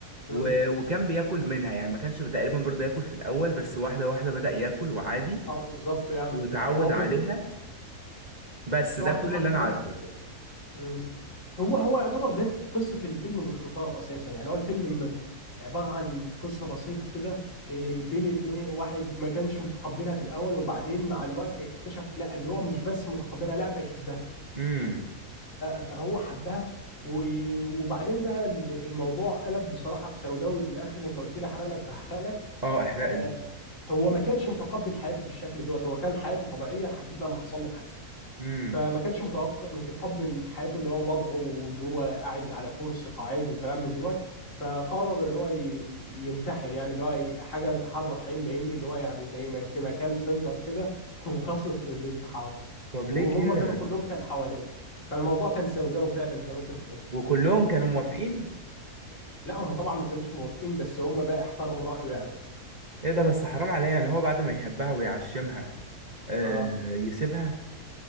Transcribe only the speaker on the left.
امم
اه بالظبط يعني
هو في
ال-
في
واحده
واحده
بدأ
يحبها امم هو هو يعتبر ده قصه الفيلم باختصار اساسا يعني هو الفيلم م- عباره عن قصه بسيطه كده إيه، بين اتنين واحد ما كانش متقبلها في الاول وبعدين مع الوقت اكتشف لا اللي هو مش بس متقبلها لا بيحبها
فهو حبها و- وبعدين بقى ال- الموضوع قلب بصراحه بسوداوي في الاخر انت قلت لي احرق لك فهحرق لك
آه،
هو ما كانش متقبل حياته بالشكل دوت هو كان حياته طبيعيه لحد لما حصل له حادثه
فما كانش متوق- متقبل حياته اللي هو وضعه واللي هو قاعد على كرسي قاعد وكلام من دوت فقرر اللي هو ي- ي- ينتحر يعني اللي هو ي- حاجه انتحار رحيم بايني اللي هو يعني زي ما في مكان سنتر كده <laughs> مخصص للانتحار
وهم
كانوا كلهم كان حواليه فالموضوع كان سوداوي فعلا زي ما انت بتقول
لا هم طبعا ما كانوش موافقين بس هم بقى احترموا رايه يعني
اه